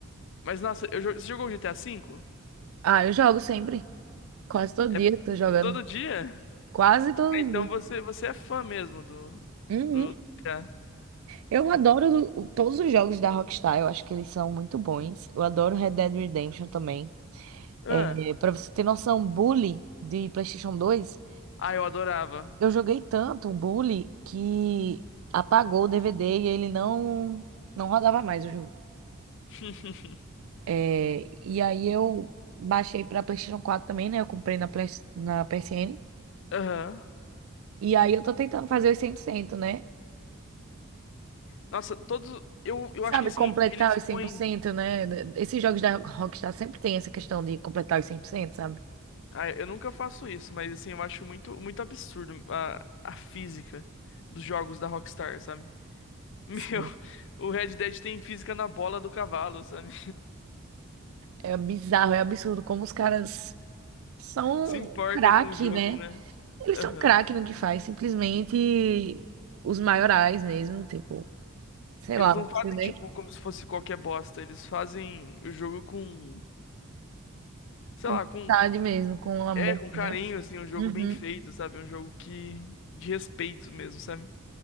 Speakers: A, on the left; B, on the right.
A: Mas, nossa, eu, jo- você jogou o GTA V?
B: Ah, eu jogo sempre. Quase todo
A: É
B: dia tô jogando.
A: todo dia?
B: Quase todo
A: É, Então
B: dia.
A: você, você é fã mesmo do,
B: Uhum.
A: do GTA.
B: Eu adoro o- todos os jogos da Rockstar, eu acho que eles são muito bons. Eu adoro Red Dead Redemption também.
A: Ah,
B: É, para você ter noção, Bully de PlayStation 2,
A: ah, eu adorava.
B: eu joguei tanto o Bully que apagou o DVD e ele não não rodava mais o jogo.
A: <laughs>
B: É, e aí eu baixei para PlayStation 4 também, né? Eu comprei na, Play- na PSN.
A: Aham.
B: E aí eu tô tentando fazer os 100%, né?
A: Nossa, todos. Eu, eu acho
B: Sabe,
A: que assim,
B: completar
A: eles
B: os cem
A: põem.
B: por cento, né? Esses jogos da Rockstar sempre tem essa questão de completar os 100%, sabe?
A: Ah, eu nunca faço isso, mas assim, eu acho muito, muito absurdo a, a física dos jogos da Rockstar, sabe? <laughs> Meu,
B: Sim.
A: o Red Dead tem física na bola do cavalo, sabe?
B: É bizarro, é absurdo como os caras são
A: Se importa
B: craque,
A: com o jogo,
B: né?
A: né?
B: Eles
A: Aham.
B: são craque no que faz, simplesmente os maiorais mesmo, tipo, sei
A: Eles
B: lá,
A: não
B: não consigo
A: fazem,
B: nem
A: tipo, como se fosse qualquer bosta. Eles fazem o jogo com, sei
B: com
A: lá, com,
B: vontade mesmo, com amor,
A: é, com carinho,
B: né?
A: assim, um jogo
B: Uhum,
A: bem feito, sabe? Um jogo que, de respeito mesmo, sabe?